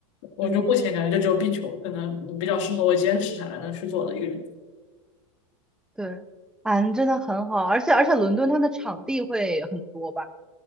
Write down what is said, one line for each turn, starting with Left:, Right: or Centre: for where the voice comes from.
Left: 我就目前感觉就只有壁球可能比较适合我坚持下来能去做的一个运动。
Centre: 嗯。对，嗯，真的很好，而且而且伦敦它的场地会很多吧？